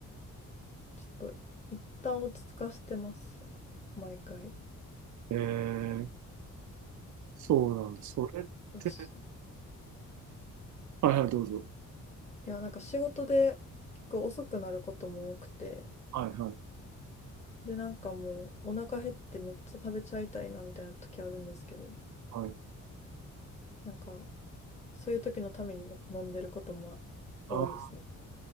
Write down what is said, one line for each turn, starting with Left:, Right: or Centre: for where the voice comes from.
Left: ちょっと一旦落ち着かしてます。毎回。
Right: ええ、そうなんだ。それって、
Left: よしい
Right: はいはい、どうぞ。
Left: やなんか仕事で結構遅くなることも多くて。
Right: はいはい、
Left: で、なんかもうお腹減ってめっちゃ食べちゃいたいなみたいな時あるんですけど、
Right: はい。
Left: なんかそういう時のためにの飲んでることも多いですね。
Right: あー、